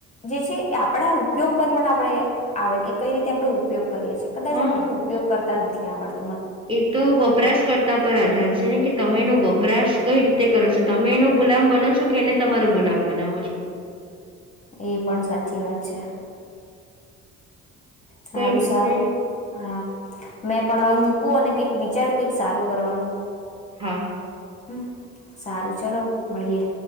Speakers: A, on the left; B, on the right.
A: જે છે આપણા ઉપયોગ પર પણ આપણે આવે, કે કઈ રીતે આપણે ઉપયોગ કરીએ છીએ, કદાચ
B: હા
A: આપણને ઉપયોગ કરતા નથી આવડતો.
B: એ તો વપરાશકર્તા પર આધાર છે ને, કે તમે એનો વપરાશ. કઈ રીતે કરો છો? તમે એનો ગુલામ બનો છો? કે એને તમારો ગુલામ બનાવો છો.?
A: એ પણ સાચી વાત છે. સારું
B: કઈ નહી
A: સારું હા. મેં પણ હવે મૂકું અને કઈક વિચારુ કંઈક સારું કરવાનું.
B: હા. !
A: હમ! સારું ચલો મળીએે.